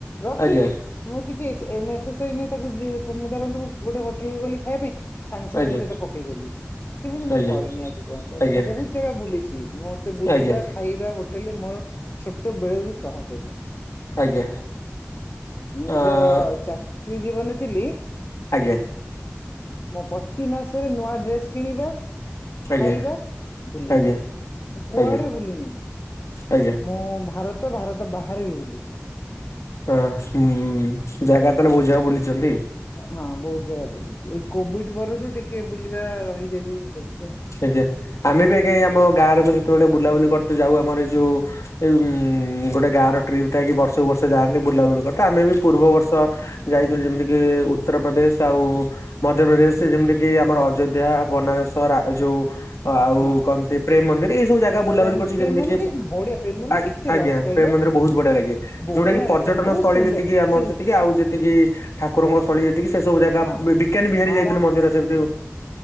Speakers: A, on the left (about 45°); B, on the left (about 80°).
A: ରଖିଚି।
B: ଆଜ୍ଞା
A: ମୁଁ କିଛି ସେ ନେସେସେରୀ ନାହିଁ ତାକୁ ଧରନ୍ତୁ ଗୋଟେ ହୋଟେଲ ଗଲି ଖାଇବା ପାଇଁ। ସାଙ୍ଗେ ସାଙ୍ଗେ
B: ଆଜ୍ଞା
A: ସେଇଟା ପକେଇଦେଲି। ସେମିତି ମୁଁ
B: ଆଜ୍ଞା
A: କରିନି ଆଜି ପର୍ଯ୍ୟନ୍ତ
B: ଆଜ୍ଞା
A: ମୁଁ ବହୁତ୍ ଜାଗା ବୁଲିଚି ମତେ ବୁଲିବା।
B: ଆଜ୍ଞା
A: ଖାଇବା ହୋଟେଲରେ ମୋର ଛୋଟ ବେଳ ରୁ ସହକ ଏଟା।
B: ଆଜ୍ଞା
A: ମୁଁ ଯେବେ
B: ଆଁ
A: ଚାକିରି ଜୀବନରେ ଥିଲି।
B: ଆଜ୍ଞା।
A: ମୋ ପତି ମାସରେ ନୂଆ ଡ୍ରେସ୍ କିଣିବା।
B: ଆଜ୍ଞା
A: ଖାଇବା ବୁଲିବା
B: ଆଜ୍ଞା
A: ମୁଁ କୁଆଡ଼େ
B: ଆଜ୍ଞା
A: ବୁଲିିନି।
B: ଆଜ୍ଞା
A: ମୁଁ ଭାରତ ଭାରତ ବାହାରେ ବି ବୁଲିଚି।
B: ଅ ହୁଁ ଜାଗା ତାହେଲେ ବୋଝାଏ ବୁଲିଚ, ନାହିଁ?
A: ହଁ ବହୁତ ଜାଗା ବୁଲୁଚି ଏଇ କୋଭିଡ଼ ପରରୁ ଟିକେ ବୁଲିବା ରହିଯାଇଚୁ ସେଇଠି ଆଉ।
B: ଆଜ୍ଞା। ଆମେ ବି ଆଜ୍ଞା ଏଇ ଆମ ଗାଁ ଲୋକ ଯେତୋଳେ ବୁଲାବୁଲି କରତେ ଯାଉ ଆମର ଏ ଯୋଉ ଏଇ ଉଁ ଗୋଟେ ଗାଁର ଟ୍ରିପ୍ ଥାଏ କି ବର୍ଷକୁ ବର୍ଷ ଯାଆନ୍ତି ବୁଲାବୁଲି କରିତେ। ଆମେ ବି ପୂର୍ବ ବର୍ଷ ଯାଇଥିଲୁ ଯେମିତି କିି ଉତ୍ତରପ୍ରଦେଶ ଆଉ ମଧ୍ୟପ୍ରଦେଶ ଯେମିତି ବି ଆମର ଅଯୋଧ୍ୟା ବନାରସ ରା ଯୋଉ ଆଉ
A: ହଁ
B: କନ୍ତି ପ୍ରେମ ମନ୍ଦିର ଏଇ ସବୁ ଜା ଗା ବୁଲାବୁଲି
A: ପ୍ରେମ
B: କରୁଛି
A: ପ୍ରେମନ୍ଦି
B: ଯେମିତି କି
A: ବଢିଆ ପ୍ରେମନ୍ଦି
B: ଆ
A: କେତେ
B: ଆଜ୍ଞା
A: ରସ୍ କହିଲେ
B: ପ୍ରେମ ମନ୍ଦିର ବହୁତ ବଢ଼ିଆ ଲାଗେ।
A: ବଢିଆ
B: ଯୋଉଟା କି ପର୍ଯ୍ୟଟନ
A: ଲାଗେ ବହୁତ
B: ସ୍ଥଳୀ
A: ସୁନ୍ଦର
B: ଯେତିକି ଆମର
A: ସେଇ
B: ସେତିକି ଆଉ ଯେତିକି ଠାକୁରଙ୍କ ସ୍ତଳୀ ଯେତିକି ସେ ସବୁ ଜାଗା
A: ହଁ
B: ବି ବିକାନୀ ବିହାରୀ
A: ହଁ
B: ଯାଇଥିଲୁ ମନ୍ଦିର ସେବଦୁ